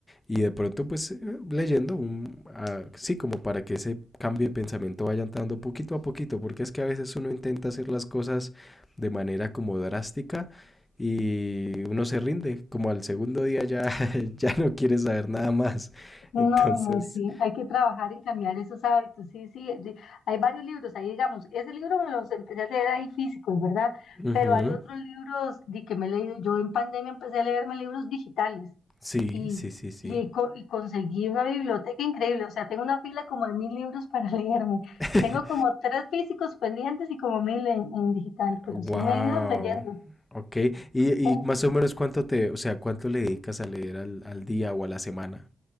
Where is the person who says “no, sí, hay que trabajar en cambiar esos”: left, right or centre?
Left